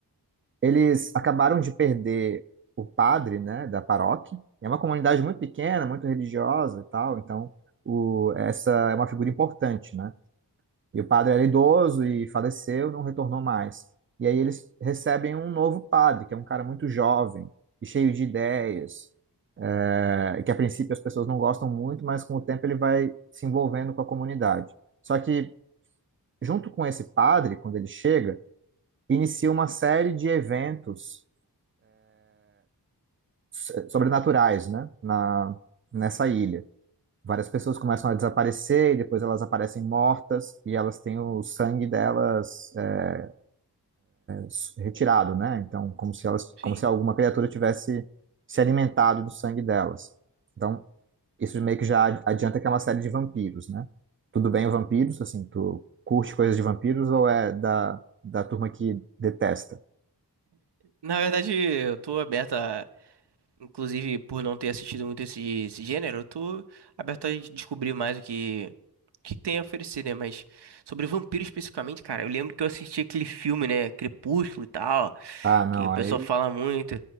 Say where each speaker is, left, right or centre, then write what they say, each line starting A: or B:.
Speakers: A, on the right (about 35°); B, on the right (about 80°).
A: eles acabaram de perder o padre, né, da paróquia. É uma comunidade muito pequena, muito religiosa e tal, então o, essa é uma figura importante, né? E o padre era idoso e faleceu, não retornou mais. E aí eles recebem um novo padre, que é um cara muito jovem e cheio de ideias, é, que a princípio as pessoas não gostam muito, mas com o tempo ele vai se envolvendo com a comunidade. Só que junto com esse padre, quando ele chega, inicia uma série de eventos s- sobrenaturais, né? Na, nessa ilha. Várias pessoas começam a desaparecer e depois elas aparecem mortas e elas têm o sangue delas é, s- retirado, né? Então, como se elas,
B: Sim.
A: como se alguma criatura tivesse se alimentado do sangue delas. Então, isso meio que já ad- adianta que é uma série de vampiros, né? Tudo bem, o vampiros, assim, tu curte coisas de vampiros ou é da, da turma que detesta?
B: Na verdade, eu tô aberto a, inclusive por não ter assistido muito esse, esse gênero, eu tô aberto a descobrir mais o que, o que tem a oferecer, né? Mas sobre vampiro especificamente, cara, eu lembro que eu assisti aquele filme, né? Crepúsculo e tal,
A: Ah, não,
B: que o pessoal
A: aí
B: fala muito.